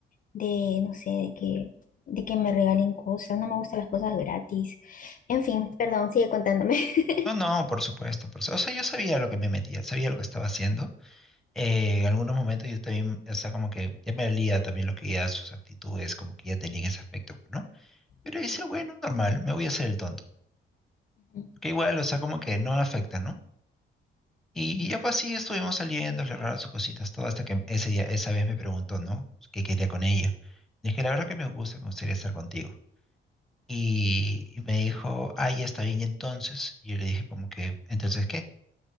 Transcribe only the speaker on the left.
de, no sé, de que, de que me regalen cosas, no me gustan las cosas gratis. En fin, perdón, sigue contándome. <laughs>
Ok,
ujú,
ok.